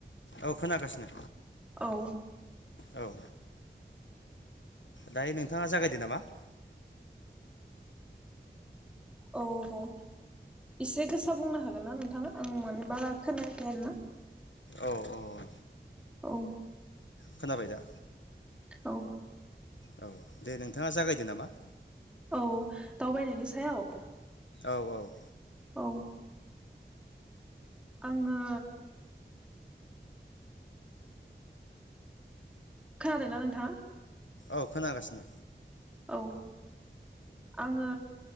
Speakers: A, on the left; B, in the centre.
A: औ खोनागासिनो
B: औ
A: औ ओ दायो नोंथाङा जागायदो नामा
B: औ र' एसे गोसा बुंनो हागोन ना नोंथाङा आं माने बारा खोनायाखै आरोना।
A: औ औ
B: औ
A: खोनाबाय दा
B: औ
A: औ दे नोंथाङा जागायदो नामा
B: औ दावबायनायनि सायाव
A: औ औ
B: औ आंङो खोनादोंना नोंथाङा
A: औ खोनागासिनो
B: औ आंङो